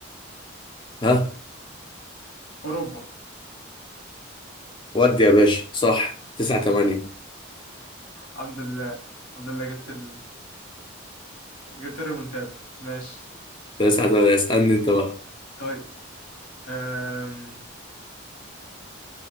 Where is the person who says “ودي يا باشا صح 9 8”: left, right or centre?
Left